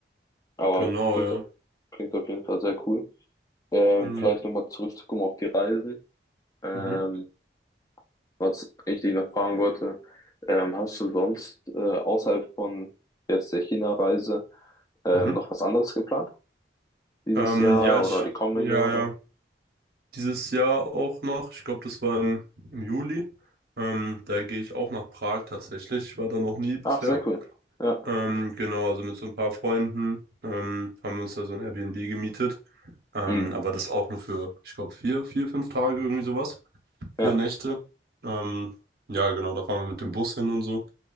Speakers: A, on the left; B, on the right.
A: Aber
B: Genau,
A: klingt,
B: ja.
A: klingt auf jeden Fall sehr cool. Ähm,
B: Mhm.
A: vielleicht nochmal zurückzukommen auf die Reisen. Ähm,
B: Mhm.
A: was ich dich noch fragen wollte, ähm, hast du sonst äh, außerhalb von jetzt der China-Reise ähm,
B: Mhm.
A: noch was anderes geplant? Dieses
B: Ähm,
A: Jahr
B: ja, ich,
A: oder die kommenden
B: ja,
A: Jahre?
B: ja, dieses Jahr auch noch. Ich glaube, das war im, im Juli. Ähm, da gehe ich auch nach Prag tatsächlich. Ich war da noch nie bisher.
A: Ach, sehr cool. Ja.
B: Ähm, genau, also mit so ein paar Freunden ähm, haben wir uns da so ein Airbnb gemietet. Ähm,
A: Mhm.
B: aber das auch nur für, ich glaube, vier, vier, fünf Tage irgendwie sowas. Vier
A: Ja,
B: Nächte. Ähm, ja, genau, da fahren wir mit dem Bus hin und so.